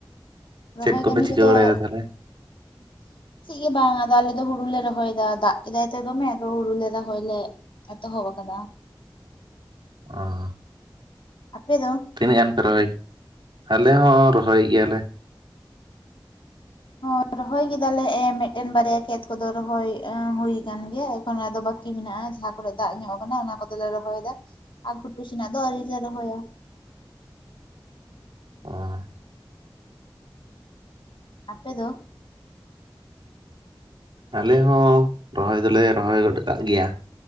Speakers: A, on the left (about 70°); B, on the right (about 65°).
A: ᱨᱚᱦᱚᱭ
B: ᱪᱮᱫ ᱠᱚᱯᱮ
A: ᱠᱟᱹᱢᱤ
B: ᱪᱤᱠᱟᱹ
A: ᱠᱚᱫᱚ
B: ᱵᱟᱲᱟᱭ ᱫᱟ ᱛᱟᱦᱞᱮ
A: <unintelligible> ᱪᱮᱜ ᱜᱮ ᱵᱟᱝ ᱟᱫᱚ ᱟᱞᱮ ᱫᱚ ᱦᱩᱲᱩ ᱞᱮ ᱨᱚᱦᱚᱭ ᱫᱟ ᱫᱟᱜ ᱠᱮᱫᱟᱭ ᱛᱚ ᱫᱚᱢᱮ ᱟᱫᱚ ᱦᱩᱲᱩᱞᱮ ᱨᱚᱦᱚᱭ ᱞᱮ ᱮᱛᱚᱦᱚᱵ ᱟᱠᱟᱫᱟ
B: ᱚ
A: ᱟᱯᱮ ᱫᱚ
B: ᱛᱤᱱᱟᱹᱜ ᱜᱟᱱ ᱯᱮ ᱨᱚᱦᱚᱭ ᱼᱼ ᱟᱞᱮ ᱦᱚᱸ ᱨᱚᱦᱚᱭᱮᱜ ᱜᱮᱭᱟᱞᱮ
A: ᱦᱚᱸ ᱨᱚᱦᱚᱭ ᱠᱮᱫᱟᱞᱮ ᱮ ᱢᱤᱫᱴᱮᱱ ᱵᱟᱨᱭᱟ ᱠᱷᱮᱛ ᱠᱚᱫᱚ ᱨᱚᱦᱚᱭ ᱮ ᱦᱩᱭ ᱠᱟᱱ ᱜᱮᱭᱟ ᱚᱱᱟ ᱫᱚ ᱵᱟᱹᱠᱤ ᱢᱮᱱᱟᱜᱼᱟ ᱡᱟᱦᱟᱸ ᱠᱚᱨᱮ ᱫᱟᱜ ᱧᱚᱜ ᱠᱟᱱᱟ ᱚᱱᱟ ᱠᱚᱫᱚᱞᱮ ᱨᱚᱦᱚᱭ ᱫᱟ ᱟᱨ ᱜᱷᱩᱴᱩ ᱥᱮᱱᱟᱜ ᱫᱚ ᱟᱹᱨᱤᱞᱮ ᱨᱚᱦᱭᱟ
B: <unintelligible>
A: ᱟᱯᱮ ᱫᱚ
B: ᱟᱞᱮ ᱦᱚᱸ ᱨᱚᱦᱚᱭ ᱫᱚᱞᱮ ᱨᱚᱦᱚᱭ ᱜᱚᱫ ᱠᱟᱜ ᱜᱮᱭᱟ